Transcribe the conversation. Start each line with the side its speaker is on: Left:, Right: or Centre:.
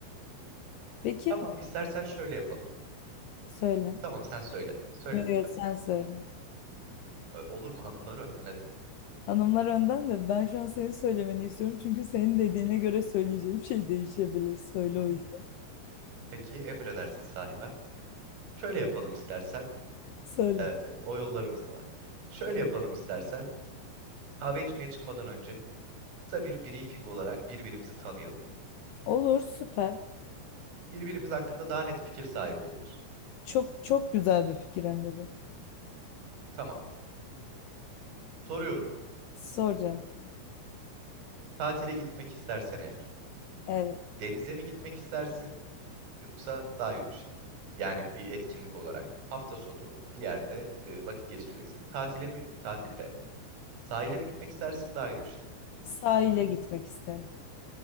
Left: Peki
Right: Tamam, istersen şöyle yapalım.
Left: söyle.
Right: Tamam, sen söyle. Söyle
Left: Yok,
Right: lütfen.
Left: yok, sen söyle.
Right: E, Olur mu hanımlar önden hadi.
Left: Hanımlar önden de ben şu an senin söylemeni istiyorum. Çünkü senin dediğine göre söyleyeceğim şey değişebilir. Söyle
Right: Hmm.
Left: o yüzden.
Right: Peki emredersin sahibem. Şöyle yapalım istersen.
Left: Söyle.
Right: Evet evet o yollarımız da var. Şöyle yapalım istersen. Kahve içmeye çıkmadan önce kısa bir briefing olarak birbirimizi tanıyalım.
Left: Olur süper.
Right: Birbirimiz hakkında daha net fikir sahibi oluruz.
Left: Çok çok güzel bir fikir hem de bu.
Right: Tamam. Soruyorum.
Left: Sor canım.
Right: Tatile gitmek istersen eğer.
Left: Evet.
Right: Denize mi gitmek istersin yoksa dağ yürüyüşüne mi? Yani bir etkinlik olarak hafta sonu bir yerde e, vakit geçireceksin. Tatile mi tatilde sahile mi gitmek istersin dağ yürüyüşüne mi?
Left: Sahile gitmek isterim.